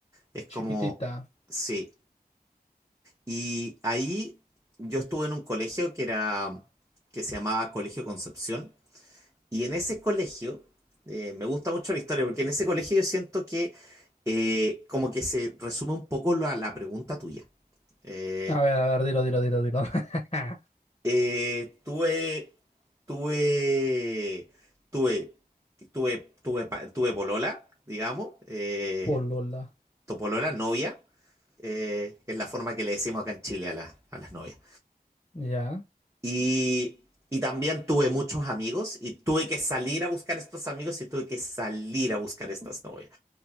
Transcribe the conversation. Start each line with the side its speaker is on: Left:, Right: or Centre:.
Right: es como,
Left: Chiquitita.
Right: sí. Y ahí yo estuve en un colegio que era, que se llamaba Colegio Concepción, y en ese colegio, eh, me gusta mucho la historia, porque en ese colegio yo siento que eh, como que se resume un poco la, la pregunta tuya. Eh,
Left: A ver, a ver, dilo, dilo, dilo, dilo. <laughs>
Right: Eh, tuve, tuve, tuve, tuve, tuve, pa- tuve polola, digamos, eh,
Left: Polola.
Right: tu polola, novia, eh, que es la forma que le decimos acá en Chile a, las a las novias.
Left: Ya.
Right: Y, y también tuve muchos amigos y tuve que salir a buscar estos amigos y tuve que salir a buscar estas novias.